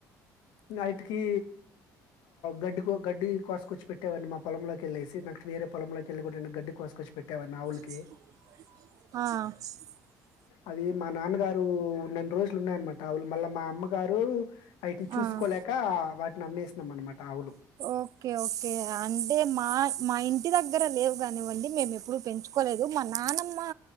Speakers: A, on the left; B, on the right.
A: నైట్కి గడ్డి గడ్డి కోసుకొచ్చి పెట్టేవాడిని మా పొంలోకిళ్ేసి నాకు వేరేొంలోకిళ్ళి కూడా గడ్డి కోసుకొచ్చిట్టేవాడిని ఆవుకి
B: మ్
A: అది మా నాన్నగారు హమ్ నెల్ రోజులు ఉన్నాయన్నమాట ఆవులు మళ్ళా మా అమ్మగారు అటిని చూసుకోలేక
B: ఆ
A: వాటిని అమ్మేసినం అనమాట ఆవులు
B: ఓకే ఓకే అంటే మా మా ఇంటి దగ్గర లేవు కానివ్వండి మేము ఎప్పుడు పెంచుకోలేదు మా నాన్నమ్